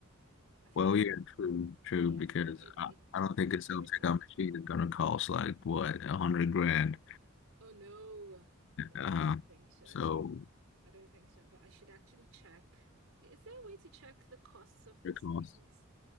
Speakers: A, on the right; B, on the left.
A: I think
B: Well,
A: that,
B: yeah, true, true,
A: yeah,
B: because
A: so it,
B: I,
A: it
B: I
A: sort
B: don't
A: of
B: think
A: pays
B: a self-checkout
A: for itself.
B: machine is gonna cost like what, a hundred grand.
A: Oh, no. No,
B: Uh,
A: I don't think so.
B: so
A: I don't think so, but I should actually check. Is there a way to check the costs of these
B: it costs.
A: things?